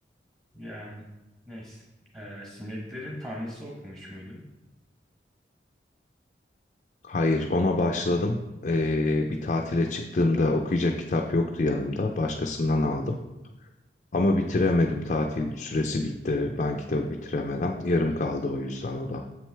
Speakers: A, on the right; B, on the left.
A: Yani neyse. Ee, sineklerin tanrısı okumuş muydun?
B: Hayır, ona başladım. Ee, bir tatile çıktığımda okuyacak kitap yoktu yanımda. Başkasından aldım. Ama bitiremedim. Tatil süresi bitti. Ben kitabı bitiremeden. Yarım kaldı o yüzden o da.